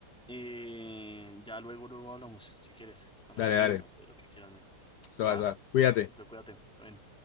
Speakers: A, in the centre; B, on the left.
A: Eh, ya luego, luego hablamos, si quieres. Hablamos
B: dale,
A: de,
B: dale.
A: no sé, lo que quieras, men.
B: Se va,
A: ¿Va?
B: Cuídate.
A: Listo, cuídate. Todo bien.